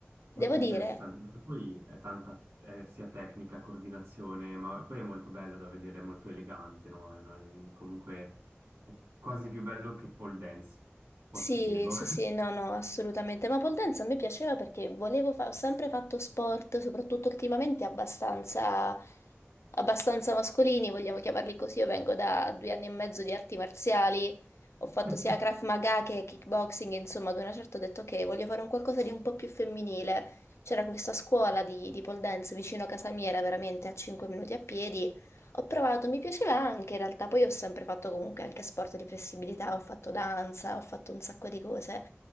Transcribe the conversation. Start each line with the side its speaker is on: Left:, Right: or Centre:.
Left: Devo
Right: Molto interessante,
Left: dire.
Right: perché poi è tanta, è sia tecnica, coordinazione, ma poi è molto bello da vedere, è molto elegante, no? È una- comunque è quasi più bello che pole dance, posso
Left: Sì,
Right: dirlo.
Left: sì, sì, no, no, assolutamente. Ma pole dance a me piaceva perché volevo fa- ho sempre fatto sport, soprattutto ultimamente abbastanza, abbastanza mascolini, vogliamo chiamarli così. Io vengo da due anni e mezzo di arti marziali, ho fatto
Right: <laughs>
Left: sia Krav Maga che kickboxing, insomma, ad una certa ho detto che voglio fare un qualcosa di un po' più femminile. C'era questa scuola di, di pole dance vicino a casa mia, era veramente a 5 minuti a piedi. Ho provato, mi piaceva anche in realtà, poi ho sempre fatto comunque anche sport di flessibilità, ho fatto danza, ho fatto un sacco di cose,